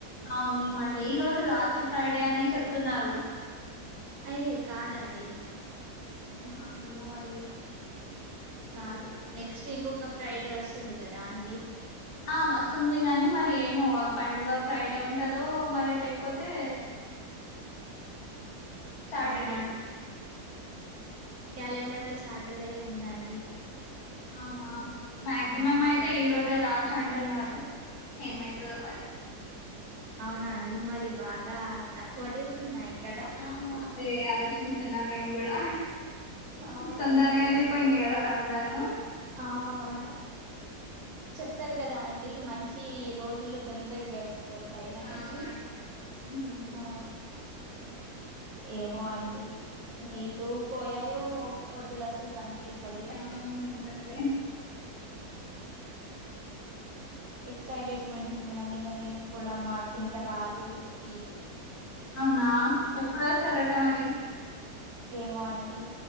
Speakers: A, on the left; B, on the right.
A: అవును ఈ మండే ఈ రోజు లాస్ట్ ఫ్రైడే అని చెప్తున్నారు
B: ఐ కాదండి
A: అవునా ఏమో మరి
B: కాదు నెక్స్ట్ ఇంకొక ఫ్రైడే వస్తుంది కదా అండి
A: ఆ వస్తుంది గాని మరి ఏమో పండుగ ఫ్రైడే ఉంటదో మరి లేకపోతే సాటర్డే
B: అవునా క్యాలెండర్ లో సాటర్డే ఉందాండి
A: అవునా మ్యాక్సిమమ్
B: ఆ
A: అయితే ఈ రో లాస్ట్ అంటున్నారు ఏమైతదో మరి
B: అవునా అండి మరి బాగా తక్కువడేస్ ఉన్నాయి కదా
A: అవునా అంటే ఆలోచిస్తున్నా మేము కూడా
B: అవునండి
A: తొందరగా వెళ్ళిపోయింది కదా రంజాను
B: అవును ఆ చెప్తారు కదా అండి మంచి రోజులు తొందరగా గడిచి పోతాయి అనేసి
A: అవునాట ఉమ్.
B: ఆ ఏమో అండి ఇటుూ పోయాయో ఒక పొద్దులు అసలు కని పివ్వలేదు
A: అవును కరెక్టే
B: ఎక్సైటెడ్మెంట్ ఉన్నా ఇగా మేము కూడా మాకింకా రాలేదు ఇది
A: అవునా ఎప్పుడు వేస్తారట మరి
B: ఏమో అండి